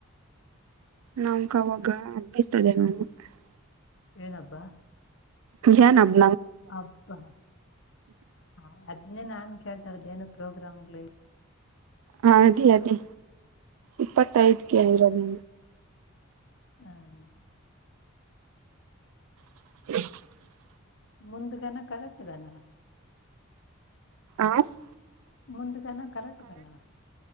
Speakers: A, on the right (about 80°); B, on the left (about 55°).
A: ನಂಗವಾವಾಗ <unintelligible>
B: ಏನಬ್ಬಾ?
A: ಏ ನಮ್
B: ಹಬ್ಬಾ ಹ ಅದನ್ನೇ ನಾನು ಕೇಳ್ತಾಯಿರೋದೇನು ಪ್ರೋಗ್ರಾಮ್ಗಳಿಲ್
A: ಹಾ ಅದಿ ಅದಿ ಇಪ್ಪತ್ತೈದ್ಕೆ ಇರೋದ್
B: ಹಾಂ
A: <inaudible>
B: ಮುಂದ್ಗನ ಕರೆಟ್ಗನ
A: ಆಶ್
B: ಮುಂದ್ಗನ ಕರೆಕ್ಟ್ಗನಾ